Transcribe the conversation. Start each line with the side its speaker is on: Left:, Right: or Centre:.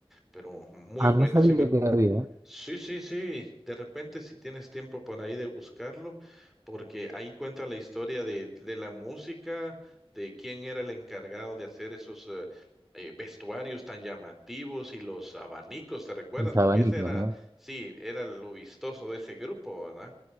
Centre: Pero muy
Right: Ah,
Centre: bueno
Right: no sabía
Centre: ese grupo.
Right: que había
Centre: Sí, sí, sí. De repente, si tienes tiempo por ahí de buscarlo, porque ahí cuenta la historia de, de la música, de quién era el encargado de hacer esos eh, eh, vestuarios tan llamativos y los abanicos, ¿te recuerdas?
Right: los abanicos,
Centre: Porque ese era,
Right: ¿no?
Centre: sí, era lo vistoso de ese grupo, ¿verdad?